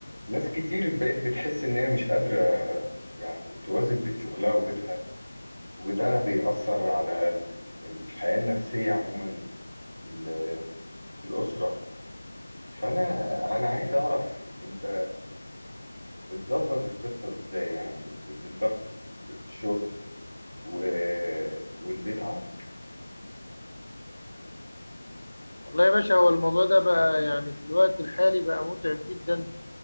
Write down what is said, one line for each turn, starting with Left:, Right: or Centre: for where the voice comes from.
Right: ناس كتير بقت بتحس إن هي مش قادرة يعني توازن بين شغلها وبيتها وده بيأثر على ال- ال- الحياة النفسية عموما في ال- في الأسرة فأنا أنا عايز أعرف أنت بتظبط القصة إزاي يعني بين ضغط ال- الشغل و... والبيت عندك
Left: والله يا باشا هو الموضوع ده بقى يعني في الوقت الحالي بقى متعب جدا